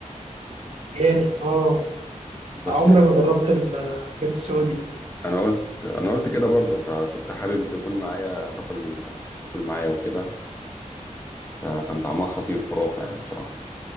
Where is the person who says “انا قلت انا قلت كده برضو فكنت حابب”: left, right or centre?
Left